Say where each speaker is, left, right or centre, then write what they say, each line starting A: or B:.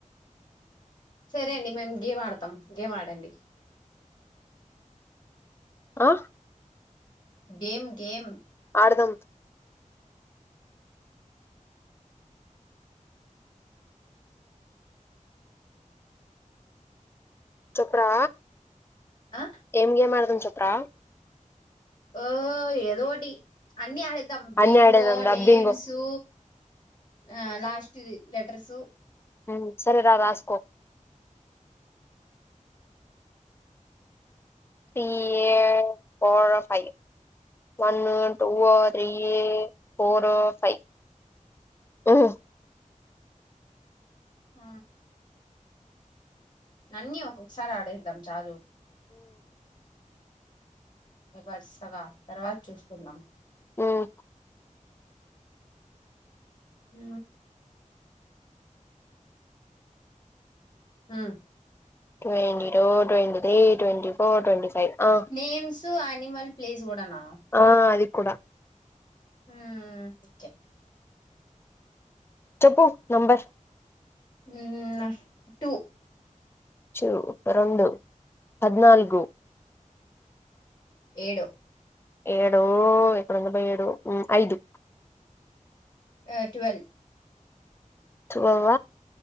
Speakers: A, on the left; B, on the left.
A: సరే అండి మేము గేమ్ ఆడతాం గేమ్ ఆడండి
B: ఆ
A: గేమ్ గేమ్
B: ఆడదాం చొప్రా
A: ఆ
B: ఏం గేమ్ ఆడదాం చోప్రా
A: ఓ ఏదోటి అన్ని ఆడేద్దాము
B: అన్ని
A: బింగో
B: ఆడేదందా
A: నేమ్సు
B: బింగో
A: ఆ లాస్ట్ ది లెటర్స్
B: ఆ సరే రా రాస్కో P A four five one two three four five మ్మ్
A: ఆ అన్నీ ఒక్కొక్కసారి ఆడేద్దాం చాలు వరసగా తర్వాత చూసుకుందాం
B: మ్మ్
A: ఉనా అవును
B: twenty two twenty three twenty four twenty five ఆ
A: నేమ్స్ అనిమల్ ప్లేస్ కూడానా
B: ఆ అది కూడా
A: మ్మ్ ఓకే
B: చెప్పు నెంబర్స్
A: ఉమ్నా టూ
B: టూ రెండు పద్నాల్గు
A: ఏడు
B: ఏడు ఇక్కడ ఉందబ్బా ఏడు మ్మ్ ఐదు
A: ఆ ట్వల్వ్
B: టువ్వ